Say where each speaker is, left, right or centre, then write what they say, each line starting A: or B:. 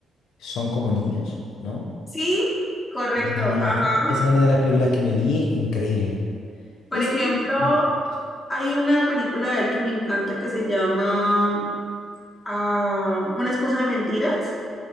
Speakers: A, on the left; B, on the left.
A: Son como niños, ¿no?
B: sí, correcto.
A: Ah,
B: Ajá.
A: esa, esa es una de las películas que me vi, increíble.
B: Por
A: Esa
B: ejemplo,
A: me gusta mucho.
B: hay una película de él que me encanta que se llama ah, Una esposa de mentiras.